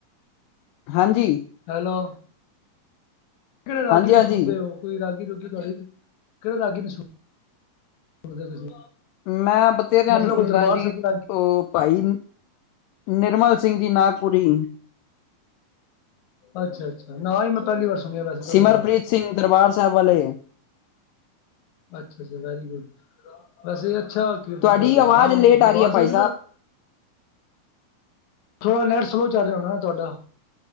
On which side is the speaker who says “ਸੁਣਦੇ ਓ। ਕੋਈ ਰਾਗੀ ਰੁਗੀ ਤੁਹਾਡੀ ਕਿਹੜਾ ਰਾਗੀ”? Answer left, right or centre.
Left